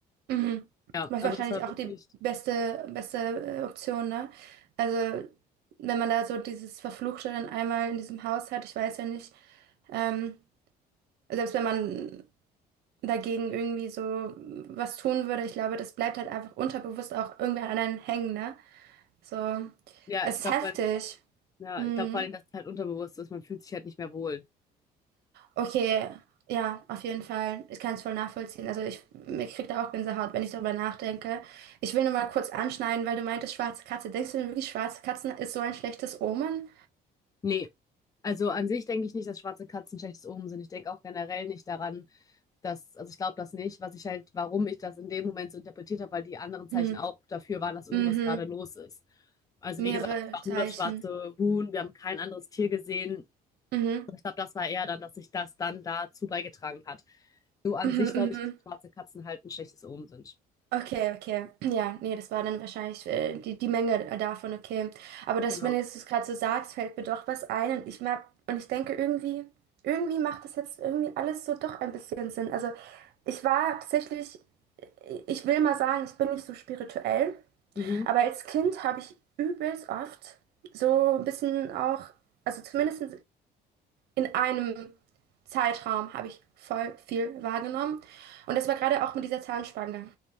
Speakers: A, on the right; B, on the left.
A: Mhm.
B: Ja,
A: Was
B: also
A: wahrscheinlich
B: das war
A: auch
B: wirklich,
A: die beste, beste äh, Option, ne? Also, wenn man da so dieses Verfluchte dann einmal in diesem Haus hat, ich weiß ja nicht, ähm, selbst wenn man dagegen irgendwie so was tun würde. Ich glaube, das bleibt halt einfach unterbewusst auch irgendwer an einem hängen, ne? So,
B: ja,
A: es
B: ich
A: ist
B: glaube,
A: heftig.
B: ja,
A: Hm.
B: ich glaube vor allem, dass es halt unterbewusst ist, man fühlt sich halt nicht mehr wohl.
A: Okay, ja, auf jeden Fall. Ich kann es voll nachvollziehen. Also ich, mir kriegt da auch Gänsehaut, wenn ich darüber nachdenke. Ich will nur mal kurz anschneiden, weil du meintest, schwarze Katze. Denkst du denn wirklich, schwarze Katzen ist so ein schlechtes Omen?
B: Nee, also an sich denke ich nicht, dass schwarze Katzen schlechtes Omen sind. Ich denke auch generell nicht daran, dass, also ich glaube das nicht, was ich halt, warum ich das in dem Moment so interpretiert habe, weil die anderen Zeichen
A: Hm.
B: auch dafür waren, dass irgendwas
A: Mhm.
B: gerade los ist. Also
A: Mehrere
B: wie gesagt, es war
A: Zeichen.
B: nur das schwarze Huhn, wir haben kein anderes Tier gesehen.
A: Mhm.
B: Ich glaube, das war eher dann, dass sich das dann dazu beigetragen hat. So an
A: Mhm.
B: sich glaube
A: Mhm.
B: ich, dass schwarze Katzen halt ein schlechtes Omen sind.
A: Okay, okay. Ja, nee, das war dann wahrscheinlich äh, die, die Menge davon, okay. Aber das,
B: Genau.
A: wenn du es gerade so sagst, fällt mir doch was ein und ich mag, und ich denke irgendwie, irgendwie macht das jetzt irgendwie alles so doch ein bisschen Sinn. Also ich war tatsächlich, ich will mal sagen, ich bin nicht so spirituell,
B: Mhm.
A: aber als Kind habe ich übelst oft so ein bisschen auch, also zumindest in einem Zeitraum habe ich voll viel wahrgenommen. Und das war gerade auch mit dieser Zahnspange.